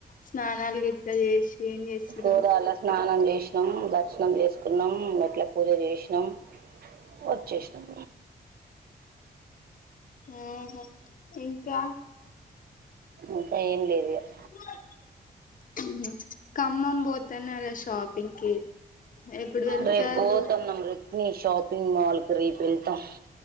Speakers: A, on the left; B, on the right.
A: స్నానాలు గిట్ల చేసి ఏం చేసిర్రు
B: గోదారిల స్నానం చేసినాం దర్శనం చేసుకున్నాం గ ట్ల పూజ చేసినాం వచ్చేసినాం
A: ఉహ్ హా ఇంకా
B: ఇంకా ఏం లేదు
A: <inaudible>
B: ఇక
A: ఉమ్ ఖమ్మం పోతున్నారా షాపింగ్ కి ఎప్పుడు వెళ్తారు
B: రేపు పోతున్నాం రిక్మి షాపింగ్ మాల్ క రేపు వెళ్తాం